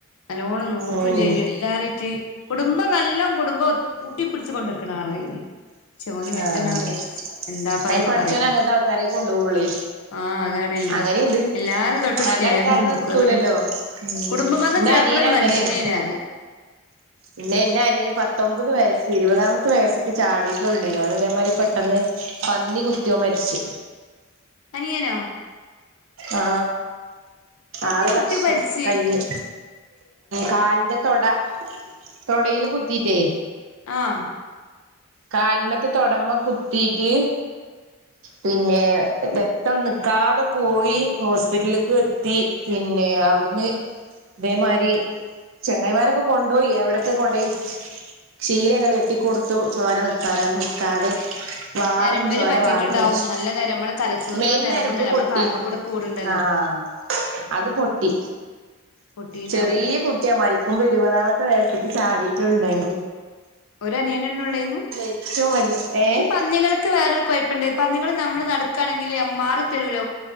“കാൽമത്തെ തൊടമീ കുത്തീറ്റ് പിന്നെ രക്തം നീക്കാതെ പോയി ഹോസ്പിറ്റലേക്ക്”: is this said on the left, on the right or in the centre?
Right